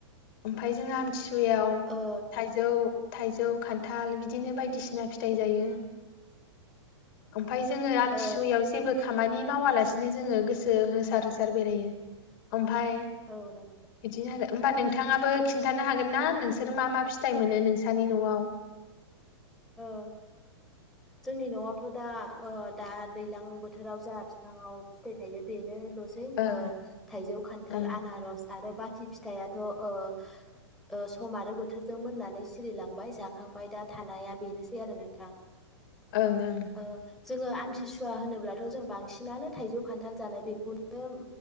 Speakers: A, on the left; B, in the centre.
A: ओमफ्राय जोंहा आमथि वायाव
B: ओ
A: थाइजौ थाइजौ खान खान्थाल बिदिनो बायदिसिना फिथाइ जायो । ओमफ्राय
B: औ
A: जोङो आमथिसुवायाव
B: ओ
A: जेबो खामानि मावालासिनो जोङो गोसो होसार होसार बेरायो <unintelligible> ओमफ्राय
B: औ नों
A: बिदिनो आरो होमबा नोंथाङाबो खिन्थानो हागोन ना नोंसोर मा मा फिथाइ मोनो नों <unintelligible> सानि नवाव
B: ओ जोंनि नवावथ दा ओ दा दैलां बोथोराव जा बिफा‌ंआव फिथाइ थायो बेनो ल । सै
A: ओं
B: ओ थाइजौ खान्थाल
A: ओं
B: आनारस आरो बा खि फिथाइआथ ओ ओ सम आरो बोथोरजों मोननानै सिरिलांबाय। जाखांबाय दा थानाया बेनोसै आरो नोंथां।
A: ओं ओं
B: ओ जोङो आमथिसुवा होनोब्लाथ जों बांसिनानो थाइजौ खान्थाल जानाय बेखौनो